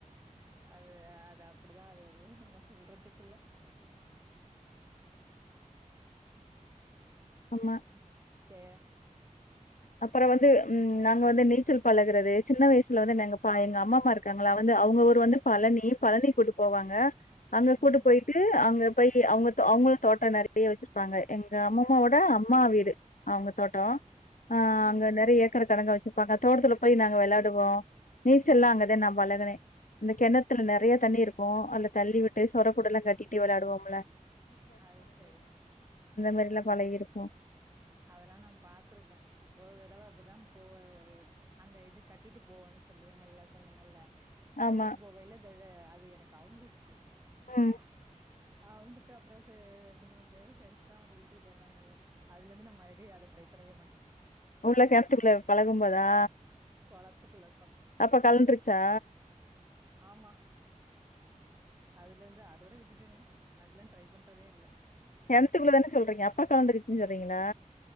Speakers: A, on the right; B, on the left.
A: அது அது அப்படிதான் அது எதுவும் நம்ம சொல்றதுக்கில்லே
B: ஆமா.
A: செரி தெ
B: அப்புறம் வந்து உம் நாங்க வந்து நீச்சல் பழகுறது சின்ன வயசுல வந்து எங்க பா எங்க அம்மம்மா இருக்காங்களா வந்து அவங்க ஊர் வந்து பழனி பழனி கூட்டு போவாங்க அங்க
A: ம்,
B: கூட்டு போயிட்டு அங்க போய் அவங்க அவங்களும் தோட்டம் நெறைய வெச்சிருப்பாங்க எங்க அம்மம்மாவோட அம்மா வீடு அவங்க தோட்டம் ஆஹ்
A: ம்,
B: அங்க
A: ம்,
B: நேறைய ஏக்கர் கணக்கா வெச்சுருப்பாங்க அங்கே தோட்டத்துல போய் நாங்க வெளாடுவோம் நீச்சலெல்லாம்
A: ம்.
B: அங்கதான் நான் பழகுனேன் அந்த கிணத்துல நெறைய தண்ணி இருக்கும் அந்த தள்ளி விட்டு சொர கூட எல்லாம் கட்டிட்டு வெளயாடுவோம்ல
A: அது செரி உம்
B: மாரிலாம்
A: உம்
B: பழகிருக்கோம்.
A: அதெல்லாம் நாம் பாத்துருக் க்கன் ஒரு தடவ அப்படிதான் போ அந்த இது கட்டிட்டு போவோன்னு சொல்லுவீங்கல்ல சொன்னீங்கல்ல கட்டிட்டு
B: ஆமா.
A: போவே இல்ல அது எனக்கு அவுந்துச்சு
B: ம்.
A: ஆஹ் ஆவுந்து அப்புறம் ரெண்டு மூணு பேரும் ஃரெண்ட்ஸ் தான் வந்து இழுத்துக்கிட்டு வந்தாங்கள அதுல இருந்து நான் மறுபடியடி அத ட்ரை பண்ணவே மாட்டேன்
B: உள்ள கிணத்துக்குள்ள பழகும்போதா
A: குளத்துக்குல
B: அப்ப கலந்துருச்சா
A: ஆமா அதுலந்து அதோட விட்டட்டனே நல்ல ட்ரை பண்றதே இல்ல
B: கிணத்துக்குள்ள தானே சொல்றீங்க அப்பா கலண்டு குச்சுன்னு சொல்றீங்களா